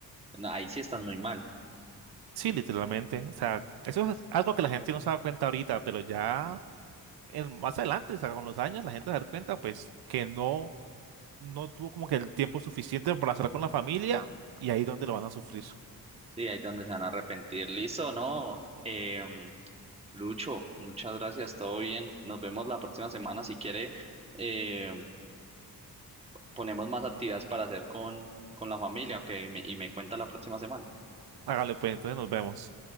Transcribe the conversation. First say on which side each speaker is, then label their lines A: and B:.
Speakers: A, on the right (about 15°); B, on the right (about 80°).
A: no, ahí sí estás muy mal.
B: Sí, literalmente. O sea, eso es algo que la gente no se da cuenta ahorita, pero ya el- más adelante, o sea, con los años, la gente se da cuenta, pues, que no, no tuvo como que el tiempo suficiente para estar con la familia y ahí es donde lo van a sufrir.
A: Sí, ahí es donde se van a arrepentir. Listo, ¿no? Em, Lucho, muchas gracias, todo bien. Nos vemos la próxima semana. Si quiere, em, ponemos más actividades para hacer con, con la familia, ok, y me, y me cuenta la próxima semana.
B: Hágale, pues, entonces nos vemos.